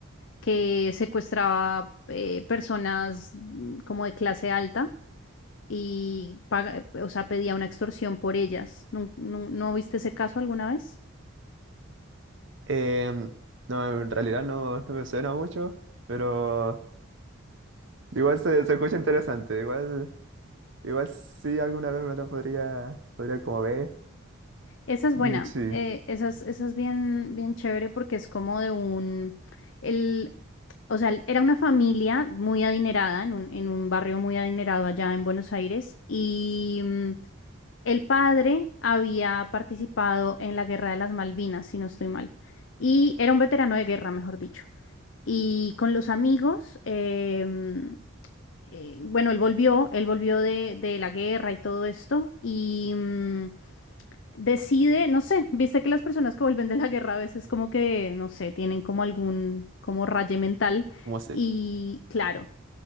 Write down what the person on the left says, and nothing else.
que secuestraba eh, personas mm, como de clase alta y paga- o sea, pedía una extorsión por ellas. ¿Nun- nun- no viste ese caso alguna vez?
Esa es buena,
eh, esa es, esa es bien, bien chévere porque es como de un, el, o sea, era una familia muy adinerada en un, en un barrio muy adinerado allá en Buenos Aires y mm, el padre había participado en la Guerra de las Malvinas, si no estoy mal, y era un veterano de guerra, mejor dicho. Y con los amigos, em, eh, bueno, él volvió, él volvió de, de la guerra y todo esto, y, mm, decide, no sé, viste que las personas que vuelven de la guerra a veces como que, no sé, tienen como algún, como raye mental
y claro